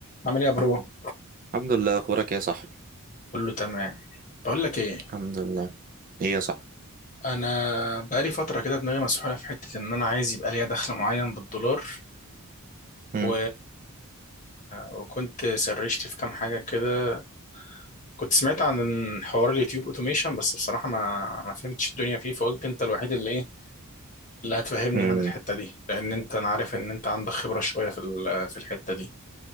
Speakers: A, on the left (about 35°); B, on the right (about 40°).
A: عامل ايه يا برو
B: الحمد لله اخبارك إيه يا صاحبي
A: كله تمام بقول لك ايه
B: الحمد لله ايه يا صاحبي
A: انا بقالي فتره كده دماغي مسحوله في حته ان انا عايز يبقى ليا دخل معين بالدولار
B: مم.
A: و... وكنت سرشت في كام حاجه كده كنت سمعت عن حوار اليوتيوب اوتوميشن بس بصراحه ما ما فهمتش الدنيا فيه فقلت انت الوحيد اللي ايه اللي هتفهمني
B: مم.
A: عن الحته دي لان انت انا عارف ان انت عندك خبره شويه في ال... في الحته دي